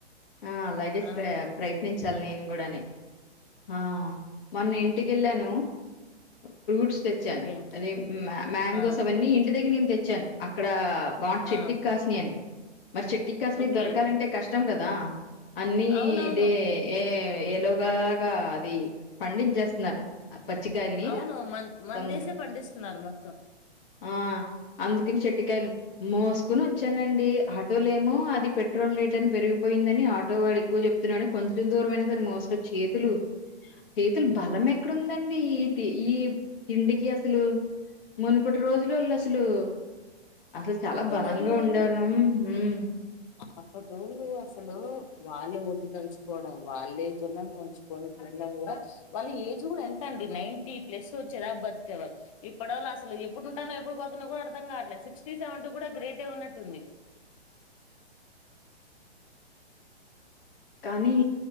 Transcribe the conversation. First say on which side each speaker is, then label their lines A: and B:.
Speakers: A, on the left; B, on the left.
A: ఆ అలాగే
B: ఆ
A: ప్రయత్నించాలి నేను కూడానే ఆ మొన్న ఇంటికిెళ్ళాను ఆ ఫ్రూట్స్ తెచ్చాన్
B: ఓకే
A: అదే మ్యాంగోస్
B: ఆ
A: అవన్నీ ఇంటి దగ్గర నుంచి తెచ్చాన్ అక్కడ బాగ్ చెట్కి
B: ఆ
A: కాసినయని మరి చెట్ కస్ ని
B: ఓకే
A: దొరకాలంటే కష్ ఇష్టం కదా అన్నీ
B: అవునవును
A: ఇదే ఏ ఏలో బాగా అది పండించేస్తున్నారు ఆ పచ్చికాయల్ని
B: అవును మన్ మందేసే
A: తొందర
B: పండిస్తున్నారు మొత్తం
A: ఆ అందుకని చెట్టికాయలు మోసుకొని వచ్చానండి ఆటోలేమో ఆది పెట్రోల్ రేట్ అని పెరిగిపోయిందని ఆటో వాడు ఎక్కువ చెప్తున్నాడు కొంచెం దూరమయినా సరే మోస్కొచ్చి చేతులు చేతులు బలమెక్కుడుందండి ఈతి ఈ తిండికి అసలు మునుపటి రోజ్లలో అస్ సులు అసలు చాలా
B: అప్పటోళ్ళు
A: బలంగా ఉండేవారం మ్మ్
B: అప్పటోళ్ళు అసలు వాళ్ళే ఒడ్లు దంచుకోవడం వాళ్ళే జొన్నం తంచుకోని తినడం కూడా వాళ్ళు ఏజ్ కూడా ఎంత అండి నైన్టీ ప్లస్ వచ్చేదా బతికే వాళ్ళు ఇప్పడోళ్ళు అసలు ఎప్పుడు ఉంటానో ఎప్పుడు పోతనో కూడా అర్ధం కావట్లేదు సిక్స్ సిక్స్ సెవెంటీ కూడా గ్రేటె ఉన్నట్టుంది
A: కానీ